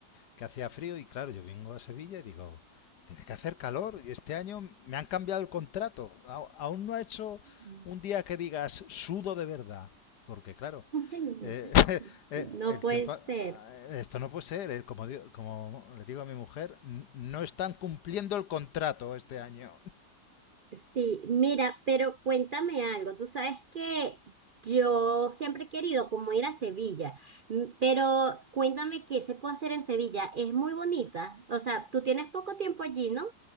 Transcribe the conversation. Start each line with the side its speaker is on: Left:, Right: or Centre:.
Left: que hacía frío y claro, yo vengo a Sevilla y digo, tiene que hacer calor y este año me han cambiado el contrato. Aún no ha hecho
Right: <laughs>
Left: un día que digas sudo de verdad, porque claro,
Right: Ay, No,
Left: eh, <laughs> eh,
Right: no
Left: el
Right: puede
Left: tiempo, eh,
Right: ser.
Left: esto no puede ser, eh, como, como le digo a mi mujer, no están cumpliendo el contrato este año.
Right: Sí, mira, pero cuéntame algo. Tú sabes que yo siempre he querido como ir a Sevilla, m- pero cuéntame qué se puede hacer en Sevilla. Es muy bonita. O sea, tú tienes poco tiempo allí, ¿no?